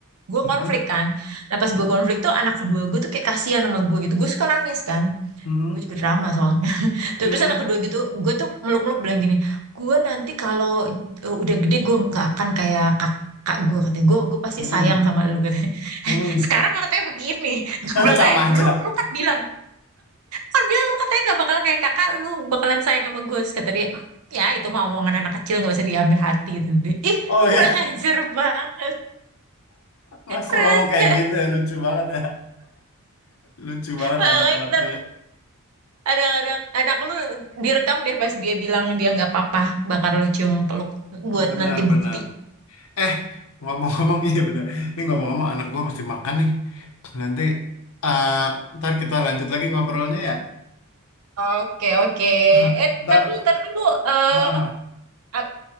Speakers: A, on the right (about 85°); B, on the left (about 70°).
A: Gue
B: Mm-mm.
A: konflik kan. Nah pas
B: Mm-mm.
A: gue konflik tuh anak kedua gue tuh kayak kasihan sama gue gitu. Gue suka nangis kan.
B: Mm-mm.
A: Gue juga drama soalnya. <laughs> Terus
B: Mm-mm.
A: anak kedua gitu, gue tuh meluk-meluk bilang gini, gue nanti kalau eh, udah gede gue nggak akan kayak kakak gue katanya, gue gue pasti
B: Mm-mm.
A: sayang sama lu katanya.
B: <laughs>
A: <laughs>
B: Mm-mm.
A: Sekarang katanya begini, gue bilang
B: Sama
A: eh dulu
B: aja.
A: lu kan bilang kan bilang lu katanya gak bakal kayak kakak lu bakalan sayang sama gue Terus kata dia "Hmm, ya itu mah omongan anak kecil gak bisa diambil hati gitu ih
B: Oh ya,
A: kurang <laughs> ajar banget
B: masa
A: rese
B: ngomong kayak gitu ya, lucu banget ya. Lucu banget
A: makanya
B: anak-anak
A: ntar
B: tuh ya.
A: anak-anak anak lu direkam deh pas dia bilang dia nggak apa-apa bakal lu cium peluk buat
B: Benar,
A: nanti
B: benar.
A: bukti
B: Eh, ngomong-ngomong, iya benar. Ini ngomong-ngomong anak gua mesti makan nih. Nanti eh ntar kita lanjut lagi ngobrolnya ya.
A: Oke, oke.
B: <laughs>
A: Eh,
B: Ntar
A: ntar dulu, ntar dulu. Eh,
B: <laughs>
A: Eh,